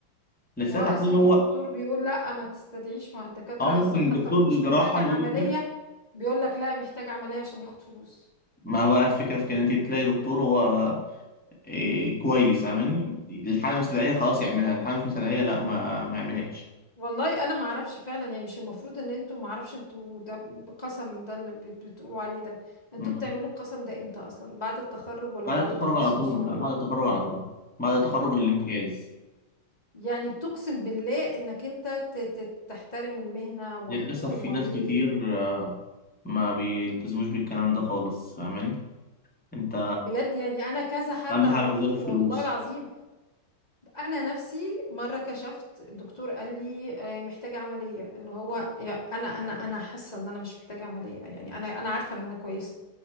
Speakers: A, in the centre; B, on the left (about 20°).
A: لسه
B: هو اصلا
A: تحليل هو
B: في دكتور بيقول لا ما تستدعيش مع الدكاترة
A: اه ممكن
B: اصلا حتى
A: دكتور
B: لو مش
A: جراحة
B: محتاج عملية
A: يقول لك لا
B: بيقول لك لا محتاج عملية عشان ياخد فلوس
A: ما هو بقى الفكرة في كده انت تلاقي دكتور هو إيه كويس فاهماني الحالة مستدعية خلاص يعملها الحالة مش مستدعية لا ما ما يعملهاش
B: والله انا ما اعرفش فعلا يعني مش المفروض ان انتوا ما اعرفش انتوا ده قسم ده اللي بت- بتقولوا عليه ده انتوا
A: مم.
B: بتعملوا القسم ده امتى اصلا بعد التخرج ولا
A: بعد
B: بعد
A: التخرج
B: التخصص
A: على طول
B: ولا
A: لا بعد التخرج على طول بعد التخرج الامتياز
B: قبل؟ يعني بتقسم بالله انك انت ت- ت- تحترم المهنة وحقوق
A: للأسف
B: المريض
A: في ناس كتير آه، ما بيلتزموش بالكلام ده خالص فاهماني انت
B: بجد يعني انا كذا حد
A: أهم
B: اعرفه
A: حاجة غير الفلوس
B: والله العظيم انا نفسي مره كشفت الدكتور قال لي آه، محتاجه عمليه اللي هو يا انا انا انا حاسه ان انا مش محتاجه عمليه يعني انا انا عارفه ان انا كويسه